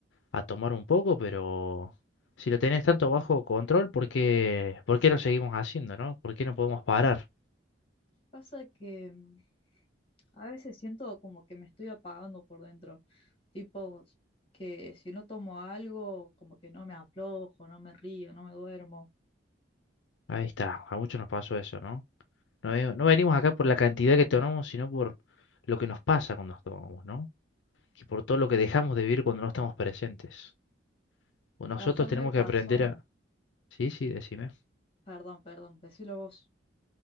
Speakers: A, on the left; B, on the left.
A: a tomar un poco, pero si lo tenés tanto bajo control, ¿por qué, por qué lo seguimos haciendo, ¿no? ¿Por qué no podemos parar?
B: Pasa que mm, a veces siento como que me estoy apagando por dentro, tipo que si no tomo algo, como que no me aflojo, no me río, no me duermo.
A: Ahí está, a muchos nos pasó eso, ¿no? No, ve- no venimos acá por la cantidad que tomamos, sino por lo que nos pasa cuando nos tomamos, ¿no? Y por todo lo que dejamos de vivir cuando no estamos presentes. O nosotros
B: Ayer
A: tenemos
B: me pasó,
A: que aprender a... Sí, sí, decime.
B: perdón, perdón, decilo vos,